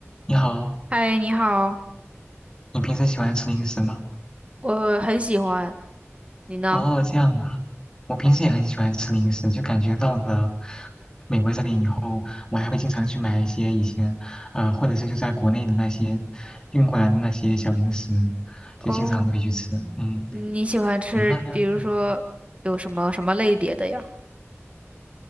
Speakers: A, on the left (about 15°); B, on the right (about 25°).
A: 你好，
B: 嗨，你好，
A: 你平时喜欢吃零食吗？
B: 我很喜欢，你呢？
A: 哦，这样啊，我平时也很喜欢吃零食，就感觉到了美国这边以后，我还会经常去买一些以前，啊，或者是就在国内的那些运过来的那些小零食，
B: 哦，
A: 就经常会去吃。嗯，
B: 你你喜欢吃，
A: 你们那边，
B: 比如说有什么什么类别的呀？